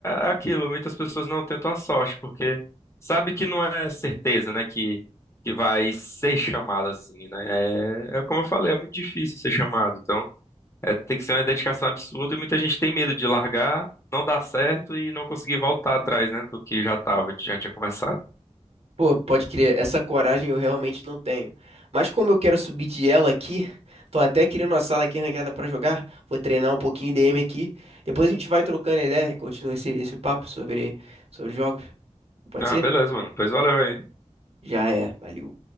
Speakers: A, on the left; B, on the right.
A: é aquilo, muitas pessoas não tentam a sorte, porque sabe que não é certeza, né, que, que vai ser chamado assim, né? É, é como eu falei, é muito difícil ser chamado, então é, tem que ser uma dedicação absurda e muita gente tem medo de largar, não dar certo e não conseguir voltar atrás, né, do que já tava, já tinha começado.
B: Pô, pode crer, essa coragem eu realmente não tenho. Mas como eu quero subir de ela aqui, tô até criando uma sala aqui ranqueada pra jogar. Vou treinar um pouquinho D m aqui. Depois a gente vai trocando ideia e continua esse, esse papo sobre, sobre jogos. Pode
A: Ah,
B: ser?
A: beleza, mano, pois valeu aí.
B: Já é, valeu.